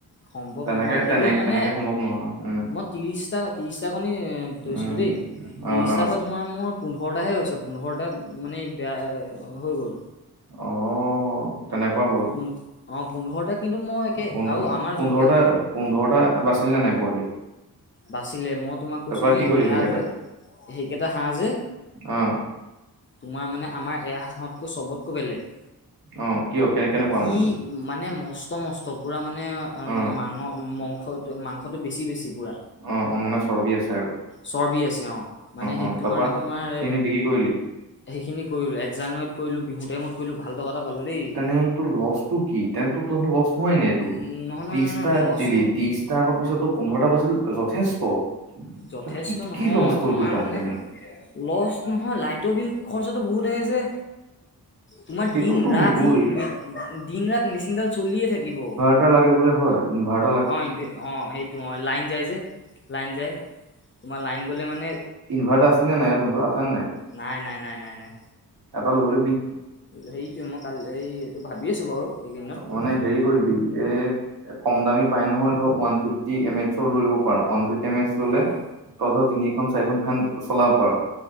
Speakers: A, on the left; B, on the right.
A: সম্ভৱ
B: তেনেকে
A: নহয় কিন্তু
B: তেনেকে
A: মানে
B: তেনেকে সম্ভৱ নহয় উম
A: মই ত্ৰিশটা, ত্ৰিশটা কণী লৈছিলোঁ
B: উম
A: দেই। ত্ৰিশটাৰ
B: অ অ
A: পৰা তোমাৰ মোৰ পোন্ধৰটাহে হৈছে, পোন্ধৰটা মানে বেয়া হৈ গ'ল।
B: অ', তেনেকুৱা হ'ল
A: পোন্ধ অ', পোন্ধৰটা কিন্তু মই একে
B: পোন্ধৰ
A: আৰু আমাৰ
B: পোন্ধৰটা
A: যোনকে
B: পোন্ধৰটা বাছিলি নে নাই পোৱালি।
A: বাচিলে মই তোমাক কৈছোঁ
B: তাৰপৰা
A: যে
B: কি কৰিলি
A: সেয়া
B: সেইকেইটা
A: যে সেইকেইটা হাঁহ যে
B: অ
A: তোমাৰ মানে আমাৰ এয়া হাঁহতকৈ চবতকৈ বেলেগ।
B: অ', কিয় কেনে কেনেকুৱা
A: কি
B: মানে।
A: মানে মস্ত মষ্ট মসষ্ট পুৰা মানে
B: অ
A: মাস মাংস, মাংসটো বেছি বেছি পুৰা।
B: অ', অ', মানে চৰ্বি আছে। আৰু
A: চৰ্বি আছে অ', মানে সেইটো
B: অ তাৰপা
A: কাৰণে তোমাৰ
B: সেইখিনি বিক্ৰী কৰিলি
A: সেইখিনি কৰিলোঁ জানুৱাৰীতলো বিহু টাইমতলোঁ ভাল টকা এ পালোঁ দেই।
B: মানে সেইটো ল'চ টো কি <unintelligible> নোৱাই নাই এইটো
A: উম নহয় নহয়
B: ত্ৰিছটা
A: নহয় লছ
B: দিলি ত্ৰিছটাৰ পিছতো পোন্ধৰটা প আছিল যথেষ্ট।
A: যথেষ্ট
B: তাত কি
A: নহয়
B: কি লছ হ'ল
A: তোমাৰ
B: তোৰ তাত
A: মানে
B: তেনে
A: লষ্ট নহয়, লাইটৰ বিল খৰচাটো বহুত আহেযে? তোমাৰ
B: সেইটোতো
A: দিন ৰাত
B: হ'বই
A: ই দিন ৰাত মেচিনডাল চলিয়ে থাকিব।
B: টাৰ লাগে বোলে হয়, ইনৰ্ভাট
A: অ', অ' সেইটো অ' লাইন যায় যে লাইন যায় তোমাৰ লাইন গ'লে মানে
B: ইনৰ্ভাটাৰ আছেনে নাই অ' তহ'তৰ আছে নে নাই?
A: নাই, নাই, নাই, নাই, নাই।
B: এটা লৈ লবি।
A: হেৰিটোৱে মই কাল এই এইটো ভাবি আছো বাৰু। এইকেইদিনত
B: মানে হেৰি কৰিবি এ কম দামী পাই নহয়, ধৰ ওৱান ফিফটি এম এইচ লৈ লব পাৰ ওৱান ফিফটচ এম এইচ ল'লে
A: অঁ
B: তই ধৰ তিনিখন চাৰিখন ফেন চলাব পাৰ।